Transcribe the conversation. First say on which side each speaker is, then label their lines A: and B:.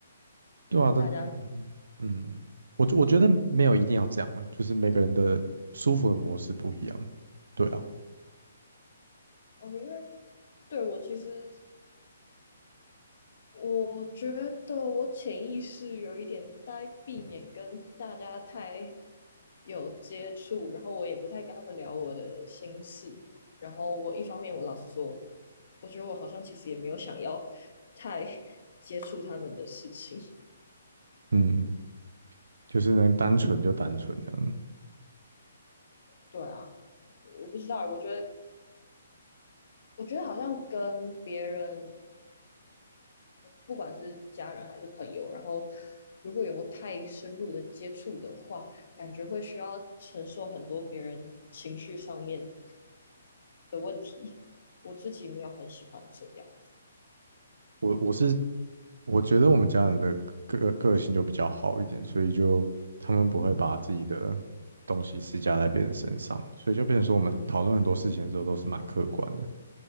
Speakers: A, on the right; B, on the left.
A: 对啊，
B: 就是大家
A: 这嗯嗯，我我觉得没有一定要这样啊，就是每个人的舒服的模式不一样，对啊，
B: 哦，因为对我其实，我觉得我潜意识有一点在避免跟大家太有接触，然后我也不太跟他们聊我的心事。然后我一方面，我老实说，我觉得我好像其实也没有想要太接触他们的事情。
A: 嗯，就是能单纯就单纯这样，
B: 对啊，我不知道，我觉得，我觉得好像跟别人不管是家人还是朋友，然后如果有太深入的接触的话，感觉会需要承受很多别人情绪上面的问题。我自己没有很喜欢这样，
A: 我我是我觉得我们家人的个个性就比较好一点，所以就他们不会把自己的东西施加在别人身上，所以就变成说我们讨论很多事情的时候都是蛮客观的，